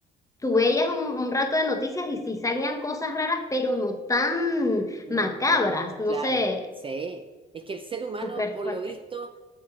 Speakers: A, on the left; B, on the right.
A: tú veías un, un rato de noticias y sí salían cosas raras, pero no tan
B: no
A: macabras,
B: tanto,
A: no
B: claro,
A: sé,
B: sí. Es que el ser humano,
A: súper
B: por
A: fuerte.
B: lo visto,